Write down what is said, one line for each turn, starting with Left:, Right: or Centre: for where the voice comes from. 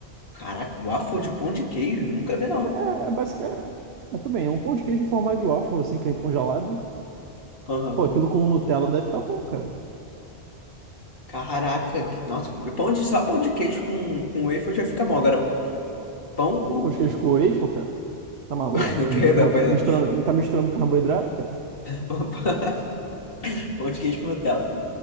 Left: Caraca, waffle de pão de queijo, nunca vi não.
Right: É, é basicamente. É, é tudo bem, é um pão de queijo em formato de waffle, assim, que vem congelado.
Left: Aham.
Right: Pô, aquilo com Nutella deve ficar bom, cara.
Left: Caraca, que- nossa, e pão de, só pão de queijo com, com waffle já fica bom. Agora, pão, o,
Right: Pão de queijo com waffle, cara. Tá maluco?
Left: <laughs>
Right: Um-
Left: perdão,
Right: ju-
Left: perdão,
Right: Misturando, tá misturando carboidrato, cara?
Left: pão, <laughs> pão de queijo com Nutella.